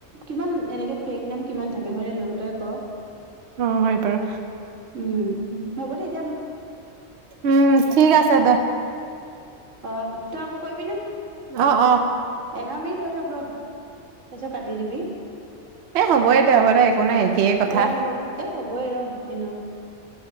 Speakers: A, on the right (about 85°); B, on the right (about 65°).
A: কিমান এনেকে ফেক নাম কিমান থাকে হয় এনেকুৱ তই ক
B: অ হয় পাৰ
A: উম হ'ব দ
B: উম ঠিক আছে দে
A: অ তই আক কৰিবি নে
B: অ অ
A: এঘাৰ মিনট ধৰি লওক তাৰিছত কাটি দিবি
B: এ হ'বই দে হ'ব দে একো নাই একেই কথা
A: অ এ হ'বই ৰ এনো